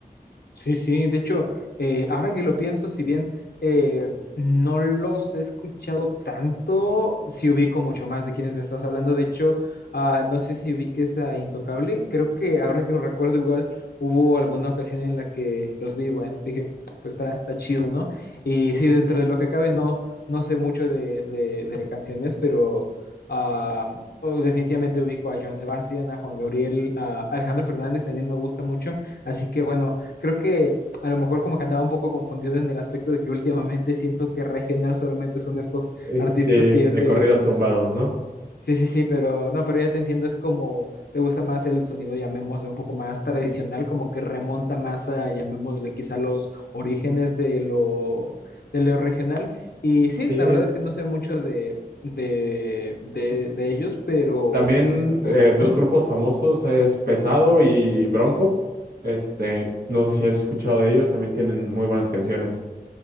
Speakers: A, on the left; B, on the right.
A: Sí, sí, de hecho, eh, ahora que lo pienso, si bien eh, no los he escuchado tanto, sí ubico mucho más de quienes me estás hablando. De hecho, ah, no sé si ubiques a Intocable. Creo que ahora que lo recuerdo, igual hubo alguna ocasión en la que los vi, bueno, dije, pues está, está chido, ¿no? Y sí, dentro de lo que cabe, no, no sé mucho de, de- de canciones, pero ah, oh, definitivamente ubico a Joan Sebastián, a Juan Gabriel, a Alejandro Fernández también me gusta mucho. Así que bueno, creo que a lo mejor como que andaba un poco confundido en el aspecto de que últimamente siento que regional solamente son estos
B: Este,
A: artistas que
B: de
A: yo te...
B: corridos tumbados, ¿no?
A: Sí, sí, sí, pero no, pero ya te entiendo, es como te gusta más el sonido, llamémosle un poco más tradicional, como que remonta más a, llamémosle quizá los orígenes de lo, de lo regional. Y sí, la
B: Sí,
A: verdad es que no sé mucho de, de, de, de ellos, pero,
B: también eh,
A: pero, ujú.
B: dos grupos famosos es Pesado y Bronco. Este, no sé si has escuchado de ellos, también tienen muy buenas canciones.